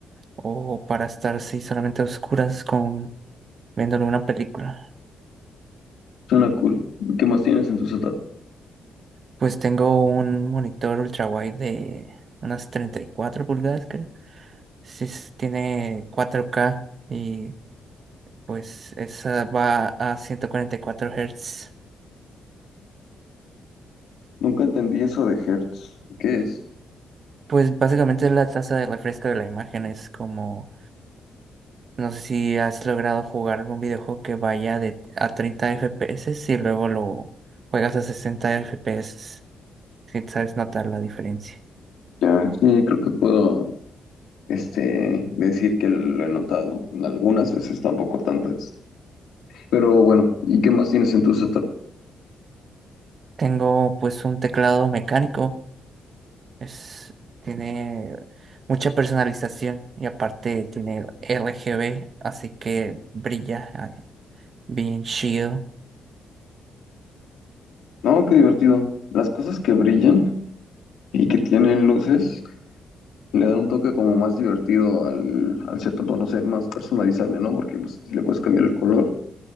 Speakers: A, on the right; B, on the left.
A: o para estar sí, solamente a oscuras con viéndole una película.
B: suena cool. ¿Qué más tienes en tu setup?
A: Pues tengo un monitor ultrawide de unas 34 pulgadas, creo. Sí, s- tiene cuatro k y pues esa va a 144 Hz.
B: Nunca entendí eso de Hertz, ¿qué es?
A: Pues básicamente la tasa de refresco de la imagen es como... No sé si has logrado jugar algún videojuego que vaya de, a 30 FPS y luego lo juegas a 60 FPS. Si sabes notar la diferencia.
B: Ya, sí, creo que puedo, este, decir que lo he notado en algunas veces, tampoco tantas. Pero bueno, ¿y qué más tienes en tu setup?
A: Tengo pues un teclado mecánico, es, tiene mucha personalización y aparte tiene RGB, así que brilla eh, bien chido.
B: No, qué divertido. Las cosas que brillan y que tienen luces le dan un toque como más divertido al, al setup, o no sé, más personalizable, ¿no? Porque pues, si le puedes cambiar el color,